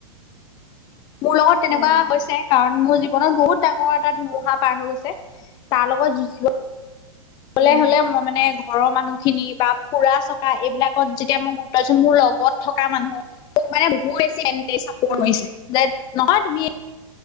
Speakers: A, on the left (about 25°); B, on the left (about 80°).
A: মোৰ লগত তেনেকুৱা
B: উম
A: হৈছে কাৰণ মোৰ যি জীৱনত বহুত ডাঙৰ এটা ধুমুহা পাৰ হৈ গৈছে। তাৰ লগত যুঁজি বলে
B: উম
A: হ'লে মই মানে ঘৰৰ মানুহ খিনি বা ফুৰা-চকা এইবিলাকত যেতিয়া মই গুৰুত্ব <unintelligible> মোৰ লগত থকা মানুহ মোক মানে বহু বেছি <unintelligible> চাপৰ্ট
B: উম
A: কৰিছে যে নহয় তুমি